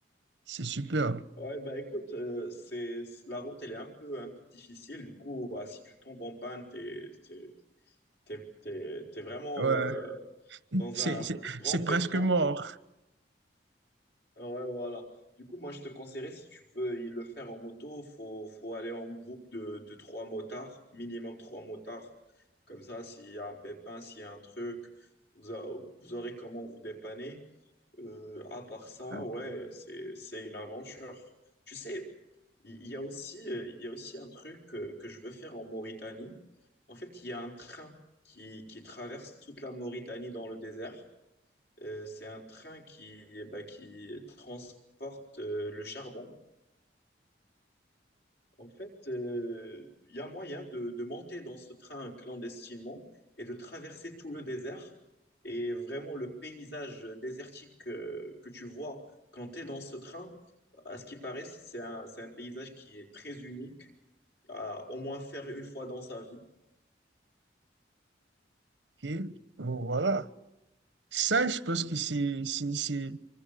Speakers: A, on the right; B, on the left.
A: C'est super.
B: Ouais, bah écoute, euh, c'est, la route, elle est un peu, un peu difficile. Du coup, bah, si tu tombes en panne, t'es, t'es, t'es, t'es- t'es vraiment
A: Ouais,
B: euh, dans
A: c'est,
B: un
A: c'est,
B: grand
A: c'est
B: pétrin.
A: presque mort.
B: ouais, voilà. Du coup, moi, je te conseillerais, si tu veux y le faire en moto, faut, faut aller en groupe de, de trois motards, minimum trois motards. Comme ça, s'il y a un pépin, s'il y a un truc, vous, a- vous aurez comment vous dépanner. Euh, à part ça,
A: Ok.
B: ouais, c'est, c'est une aventure. Tu sais, il y a aussi, euh, il y a aussi un truc euh, que je veux faire en Mauritanie. En fait, il y a un train qui, qui traverse toute la Mauritanie dans le désert. Euh, c'est un train qui, bah, qui transporte euh, le charbon. En fait, euh, il y a moyen de, de monter dans ce train clandestinement et de traverser tout le désert. Et vraiment, le paysage désertique euh, que tu vois quand tu es dans ce train, à ce qui paraît, c'est un, c'est un paysage qui est très unique à au moins faire une fois dans sa vie.
A: Ok. Bon, voilà. Ça, je pense que c'est, c'est, c'est,